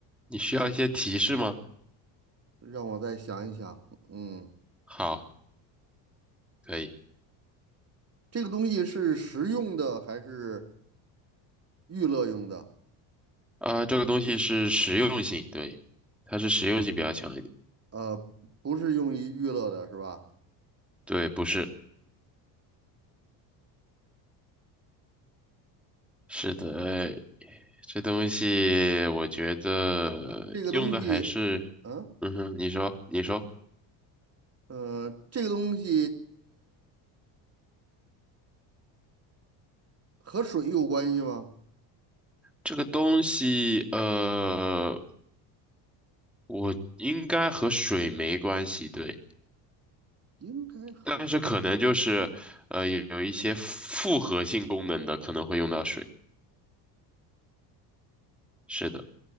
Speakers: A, in the centre; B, on the right.
A: 你需要一些提示吗？
B: 让我再想一想。嗯，
A: 好，可以。
B: 这个东西是食用的还是娱乐用的？
A: 啊、这个东西是实用性，对，它是实用性比较强一点。
B: 呃，不是用于娱乐的，是吧？
A: 对，不是，是的，这东西我觉得用的还是，
B: 这个东西，嗯，
A: 嗯哼，你说，你说，
B: 呃，这个东西和水有关系吗？
A: 这个东西，呃，我应该和水没关系，对。
B: 应该和水。
A: 但是可能就是，呃，有有一些复合性功能的可能会用到水。是的，